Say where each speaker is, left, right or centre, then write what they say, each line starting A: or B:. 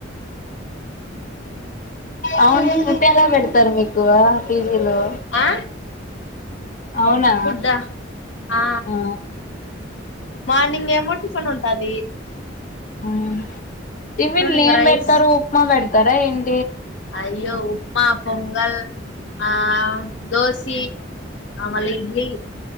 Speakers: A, on the left; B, on the left.
A: అవును ఫుడ్డేలా పెడతారు మీకు? గువా ఫి ఈలో
B: ఆ
A: అవునా
B: ఫుడ్డా ఆ
A: ఉ
B: మార్నింగ్ ఏమో టిఫన్ ఉంటాది.
A: మ్మ్ టిఫిన్లెం
B: ఇంగ రైస్
A: పెడతారు? ఉప్మా పెడత్ తార ఎన్
B: అయ్యో ఉప్ మా పొంగల్ ఆ దోసి ఆ మళ్ళీ ఇడ్లీ